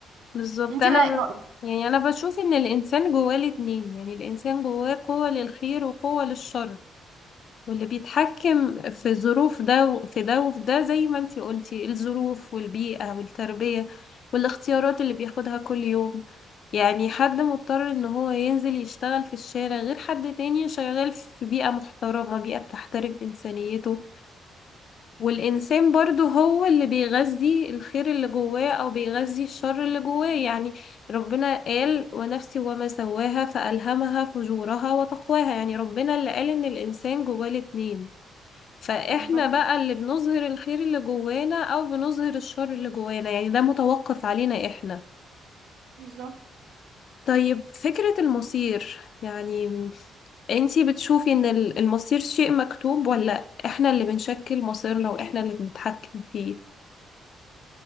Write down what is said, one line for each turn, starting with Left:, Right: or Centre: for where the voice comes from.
Left: بالظبط
Right: انتي
Left: أنا
Right: بقى ايه رأيك
Left: ب... يعني أنا بشوف إن الإنسان جواه الاتنين يعني الإنسان جواه قوة للخير وقوة للشر واللي بيتحكم في ظروف ده وفي ده وفي ده زي ما انتي قلتي الظروف والبيئة والتربية والاختيارات اللي بياخدها كل يوم يعني حد مضطر ان هو ينزل يشتغل في الشارع غير حد تاني شغال في بيئة محترمة بيئة بتحترم إنسانيته والإنسان برضو هو اللي بيغذي الخير اللي جواه أو بيغذي الشر اللي جواه يعني ربنا قال ونفسي وما سواها فألهمها فجورها وتقواها يعني ربنا اللي قال إن الإنسان جواه الاتنين فاحنا
Right: بالظبط
Left: بقى اللي بنظهر الخير اللي جوانا او بنظهر الشر اللي جوانا يعني ده متوقف علينا احنا
Right: بالظبط
Left: طيب فكرة المصير يعني انتي بتشوفي ان ال- المصير شيء مكتوب ولا احنا اللي بنشكل مصيرنا واحنا اللي بنتحكم فيه